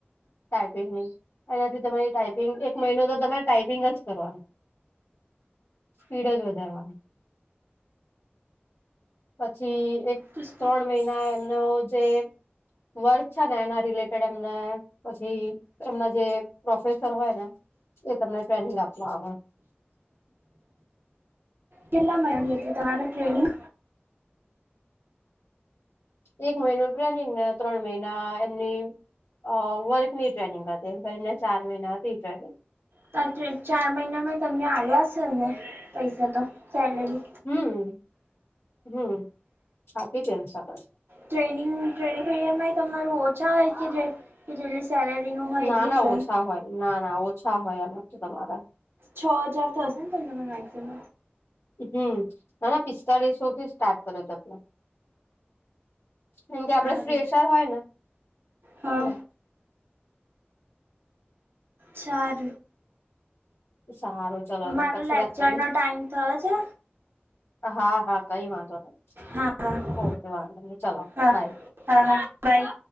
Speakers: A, on the left; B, on the right.
A: ટાાઈપિંગની એનાથી તમારી ટાઈપિંગ એક મહિનો તો તમારે ટાાઈપિંગ જ કરવાનું, સ્પીડ જ વધારવાની. પછી એક
B: <unintelligible>
A: ત્રણ મહિના એમનો જે વર્ક છે ને એના રિલેટેડ એમને પછી, એમના જે પ્રોફેસર હોય ને, તે તમને ટ્રેનીંગ આપવા આવે.
B: કેટલા મહિનાની હતી તમારી ટ્રેનીંગ?
A: એક મહિનો ટ્રેનિંગ, ને ત્રણ મહિના એમની. અ વર્ક ની ટ્રેનિંગ હતી, એમ કરીને ચાર મહિના હતી ટ્રેનિંગ.
B: સાચે ચાર મહિનામાં ઈ તમને આવ્યા શે ને, પૈસા તો સેલેરી.
A: હમ્મ હમ્મ, આપી છેને સેલર
B: ટ્રેનિંગ ટ્રેનિંગ પીરીયડ માંએ તમારું ઓછા હોય કે, જે જેટલી સેલેરીનું હોય
A: ના
B: એટલું
A: ના
B: જ હોય?
A: ઓછા ના ના ઓછા હોય એમ નથી તમારે
B: છ હજાર તો હશેન તમને મેક્સિમમ.
A: હમ્મ અરે પિસ્તાળીસો થી સ્ટાર્ટ કર્યો તો મેં. હમ્મ કાકે
B: સારું
A: આપડે ફ્રેશર હોય ને
B: હા
A: એટલે.
B: ચાર
A: સારું ચલો તો
B: મારો
A: પછી
B: લેક્ચરનો
A: વાત કરીએ.
B: ટાઈમ થયો છે
A: હા હા કઈ વાંધો નહી
B: હા હા
A: ઓકે વાંધો નહી ચલો
B: હા
A: બાય
B: હા હા બાય